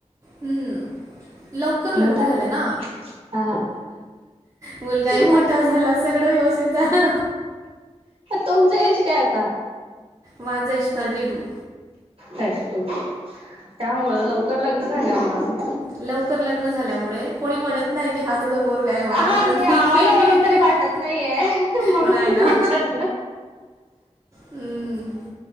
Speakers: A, on the right; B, on the right.
A: हम्म लवकर
B: मोठा
A: लग्न झालं
B: आहे खूप
A: ना
B: हा
A: मुलगाही मोठा
B: मग
A: झाला सगळं व्यवस्थित झालं
B: तुमचं एज काय आता?
A: माझं age thirty two
B: thirty two त्यामुळं लवकर लग्न झाल्यामुंळे
A: लवकर लग्न झाल्यामुळे कोणी म्हणतं नाही की हा तुझा पोरगा म्हणून
B: हा
A: पण
B: मी आवाजावरून
A: ठीक आहे
B: तरी वाटत नाहीये म्हणून
A: नाही
B: मी
A: ना
B: विचारलं.
A: हम्म